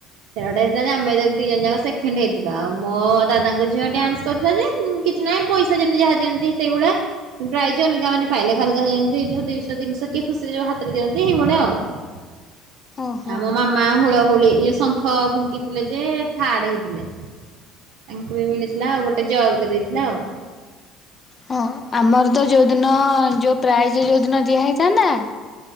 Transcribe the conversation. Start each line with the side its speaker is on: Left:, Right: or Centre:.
Right: ସେଇଟା ଗୋଟେ ହେଇଥିଲା ଯେ ଆମେ ଦି ଜଣ ଯାକ ସେକେଣ୍ଡ ହେଇଥିଲୁ ଆଉ ମୋ ଦାଦାଙ୍କ ଝିଅ ଡ୍ୟାନ୍ସ କରିଥିଲା ଯେ କିଛି ନାହିଁ ପଇସା ଯେମିତି ଯାହା ଦିଅନ୍ତି ସେଇଭଳିଆ ପ୍ରାଇଜ୍ ଅଲଗା ମାନେ ପାଇଲେ ଖାଲି ଯୋଉ ଏମିତି ଦୁଇଶହ ତିନିଶହ କିଏ ଖୁସିରେ ଯୋଉ ହାତରେ ଦିଅନ୍ତି ଏହିଭଳି ଆଉ। <inaudible>
Left: ହଁ ଓହୋ
Right: ଆମ ମାମା ହୁଳହୁଳି ଏଇ ଶଙ୍ଖ ଫୁଙ୍କିଥିଲେ ଯେ ଥାର୍ଡ଼ ହେଇଥିଲେ। ତାଙ୍କୁ ବି ମିଳିଥିଲା ଆଉ ଗୋଟେ ଜଗ ଟେ ଦେଇଥିଲା ଆଉ।
Left: ହଁ ଆମର ତ ଯୋଉଦିନ ଯୋଉ ପ୍ରାଇଜ୍ ଯୋଉ ଦିନ ଦିଆହେଇଥାନ୍ତ